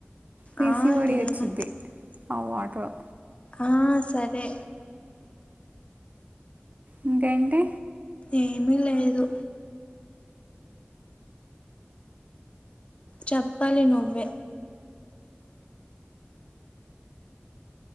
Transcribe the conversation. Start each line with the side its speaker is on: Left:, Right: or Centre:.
Right: పీసీఓడి
Left: ఆ తిన్ను
Right: వచ్చింది ఆ వాటర్
Left: ఆ సరే
Right: ఇంకేంటి
Left: ఏమీ లేదు చెప్పాలి నువ్వే